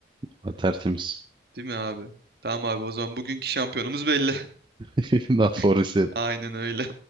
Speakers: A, on the right; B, on the right.
A: Valla tertemiz.
B: Değil mi abi? Tamam abi o zaman bugünkü şampiyonumuz belli.
A: <laughs> Not for
B: <laughs>
A: sale.
B: Aynen öyle.